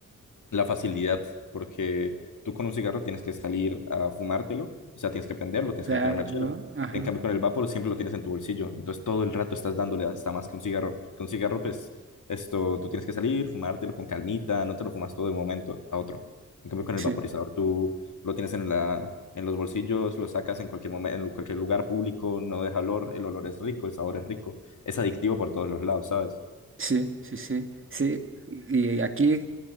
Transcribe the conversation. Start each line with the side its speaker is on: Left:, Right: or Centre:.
Left: la facilidad, porque tú con un cigarro tienes que salir a fumártelo, o sea, tienes que prenderlo, tienes
Right: Claro,
Left: que tener mechera.
Right: ¿no? Ajá.
Left: En cambio, con el vapor siempre lo tienes en tu bolsillo, entonces todo el rato estás dándole hasta más que un cigarro. Con un cigarro, pues, esto, tú tienes que salir, fumártelo con calmita, no te lo fumas todo de un momento a otro. En cambio, con el
Right: Sí.
Left: vaporizador tú lo tienes en la, en los bolsillos, lo sacas en cualquier momento, en cualquier lugar público, no deja olor, el olor es rico, el sabor es rico, es adictivo por todos los lados, ¿sabes?
Right: Sí, sí, sí, sí. Y y aquí